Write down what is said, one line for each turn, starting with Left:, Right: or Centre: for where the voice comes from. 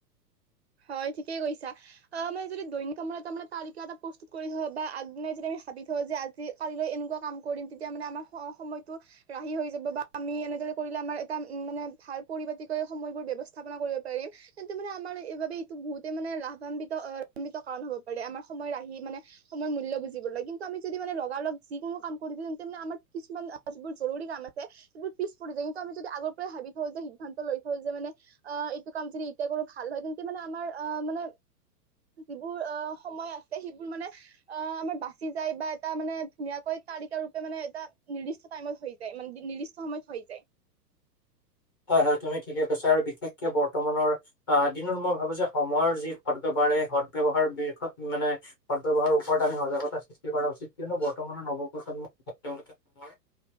Right: হয় ঠিকেই কৈছা অ মানে যদি দৈনিক কামমূল্যত তাৰমানে তালিকা এটা প্ৰস্তুত কৰি থ বা আগদিনাই যদি আমি ভাবি থওঁ যে আজি কালিলৈ এনেকুৱা কাম কৰিম তেতিয়া মানে আমাৰ সময়তটো ৰাহি হৈ যাব বা আমি এনে ৰে কৰিলে আমাৰ এটা উম মানে ভাল পৰিপাতিকৈ সময় বোৰ ব্যৱস্থাপনা কৰিব পাৰিম তেন্তে মানে আমাৰ স এইবাবে এইটো বহুতে মানে লাভান্বিতভান্বিত কাৰণ হ'ব পাৰে আমাৰ সময় আহি মানে সময়ৰ মূল্য বুজিব কিন্তু আমি যদি মানে লগা লগগ য কোনো কাম কৰি দো তেন্তে মানে আমাৰ কিছুমান যিবোৰ জৰুৰী কাম আছেোৰ য কিন্তু আমি যদি আগৰ পৰাই ভাবি থওঁ যে সিদান্ত লৈ থওঁ যে মানে অ এইটো কাম যদি এতিয়া কৰো ভাল হয় তেন্ত মানে আমাৰ অ', মানে যিবোৰ অ', সময় আছে সেইবোৰ মানে অ', আমাৰ বাচি যায় বা এটা মানে ধুনীয়াকৈ তালিকা ৰূপে মানে এটা নিৰ্দিষ্ট টাইমত হৈ যায় মান নিৰ্দিষ্ট সময়ত হৈ যায়।
Left: <inaudible> হয়, হয় তুমি ঠিকে কৈছা আৰু বিশেষকে বৰ্তমানৰ অ দিনত মই ভাবো যে সময়ৰ যি সদ্ব্যৱহাৰ সদব্যৱহাৰ মানে সদব্যহাৰ ওপৰত আমি সজাগতা সৃষ্টি কৰা উচিত কিয়ো বৰ্তমানৰ নৱ প্ৰজন্মৰ তেওঁলোকেৰ ব্যৱহাৰ